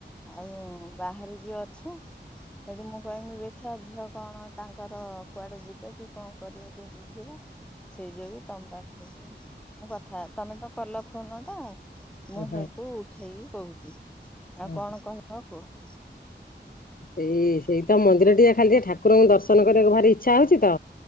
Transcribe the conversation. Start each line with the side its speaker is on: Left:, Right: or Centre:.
Centre: ଆଉ ବାହହାରିକି ଅଛୁ‌। ସେଠୁ ମୁଁ କହିନି ଦେଖିବା ଝିଅ କଣ ତାଙ୍କର କୁଆଡ଼େ ଯିବେ କି କଣ କରିବେ ଟିକେ ବୁ ଯୋଗୁ ସେଇଥି ଯୋଗୁ ତମ ପାଖରେ ମୁଁ କଥା ତମେ ତ କଲ ଫୋନ ଟା ମୁଁ
Left: ଓହୋ
Centre: ହେଇଠୁ ଉଠେଇକି କହୁଛି ଆଉ
Left: ଓହୋ
Centre: କଣ କହି ହ କୁହ।
Left: ଏଇ ସେଇ ତ ମନ୍ଦିର ଟିକେ ଖାଲି ଟିକେ ଠାକୁରଙ୍କୁ ଦର୍ଶନ କରିବାକୁ ଭାରି ଇଚ୍ଛା ହଉଛି ତ।